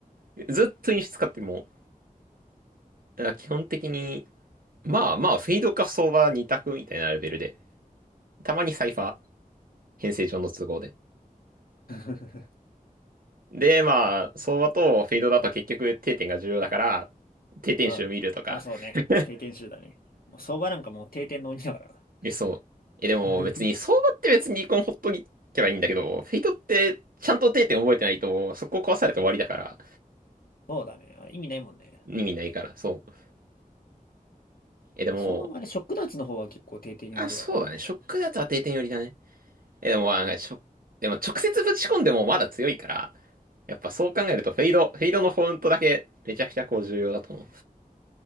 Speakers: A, on the right; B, on the left.
A: う、ずっとイニシ使っても、だから基本的に、まあまあ、フェイドか相場二択みたいなレベルで、たまにサイファー、編成上の都合で。
B: <laughs>
A: で、まあ、相場とフェイドだと結局定点が重要だから、定点集見るとか
B: うん。あ、そうね。
A: <laughs>
B: 定点集だね。まあ相場なんかもう定点の鬼だからな。
A: え、そう。え、
B: <laughs>
A: でも別に、相場って別に離婚ほっとけばいいんだけど、フェイトってちゃんと定点覚えてないと、そこ壊されて終わりだから、
B: そうだね。あれ意味ないもんね。
A: 意味ないから、そう。え、でも、
B: まあ、相場もあれ、ショック脱の方は結構定点寄りではある。
A: あ、そうだね。ショックだとは定点寄りだね。え、でも、あの、ショ、でも直接ぶち込んでもまだ強いから、やっぱそう考えるとフェイド、フェイドのフォントだけめちゃくちゃこう重要だと思う。